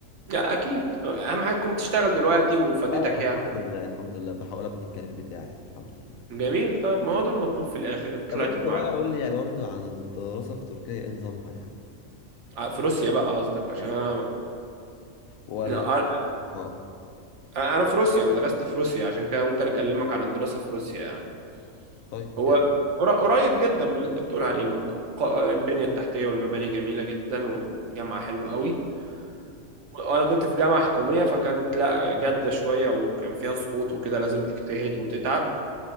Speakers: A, on the right; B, on the left.
A: لا اكيد اهم حاجه تكون بتشتغل دلوقتي وفادتك
B: اه
A: يعني
B: الحمد لله الحمد لله بحاول ابني الكارير بتاعي يعني الحمد لله
A: جميل طيب ما هو ده المطلوب في الاخر طلعت
B: طب انت
A: بمعلم
B: بقى قول لي برضو عن الدراسه في تركيا ايه نظامها يعني
A: آه، في روسيا بقى قصدك عشان
B: اسف
A: انا
B: ولا
A: انا
B: اه
A: أنا في روسيا انا درست في روسيا عشان كده ممكن اكلمك عن الدراسه في روسيا يعني
B: طيب
A: هو
B: يا ريت
A: قر- قريب جدا من اللي انت بتقول عليه برضه ق- البنيه التحتيه والمباني جميله جدا والجامعه حلوه قوي وانا كنت في جامعة حكومية فكانت لا جادة شوية وكان فيها سقوط وكده لازم تجتهد وتتعب